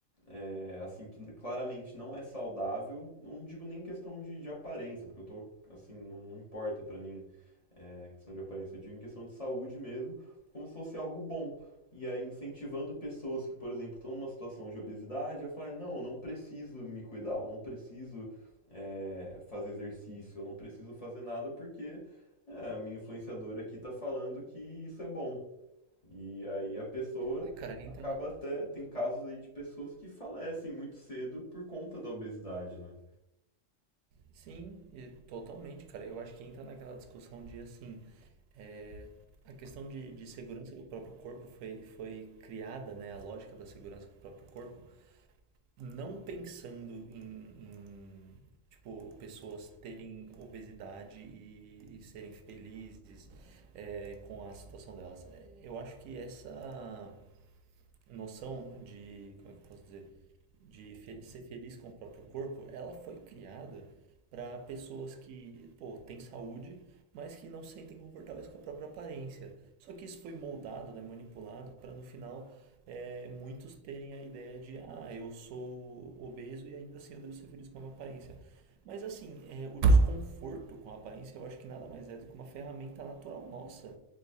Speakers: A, on the left; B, on the right.
A: é, assim que claramente não é saudável. Não digo nem questão de, de aparência, porque eu tô assim, não, não importa para mim é, questão de aparência, eu digo em questão de saúde mesmo, como se fosse algo bom. E aí incentivando pessoas que, por exemplo, estão numa situação de obesidade a falar, não, não preciso me cuidar, eu não preciso é, fazer exercício, eu não preciso fazer nada porque é, a minha influenciadora aqui tá falando que isso é bom. E aí a pessoa
B: É, cara, entra
A: acaba
B: na,
A: até. Tem casos aí de pessoas que falecem muito cedo por conta da obesidade, né?
B: Sim, e totalmente, cara. Eu acho que entra naquela discussão de assim, é, a questão de, de segurança do próprio corpo foi, foi criada, né? A lógica da segurança do próprio corpo, não pensando em, em, tipo, pessoas terem obesidade e, e serem felizes, é, com a situação delas. É, Eu acho que essa noção de, como é que eu posso dizer, de fe- ser feliz com o próprio corpo, ela foi criada para pessoas que, pô, têm saúde, mas que não se sentem confortáveis com a própria aparência. Só que isso foi moldado, né, manipulado para no final é, muitos terem a ideia de, ah, eu sou obeso e ainda assim eu devo ser feliz com a minha aparência. Mas assim, é, o desconforto com a aparência eu acho que nada mais é do que uma ferramenta natural nossa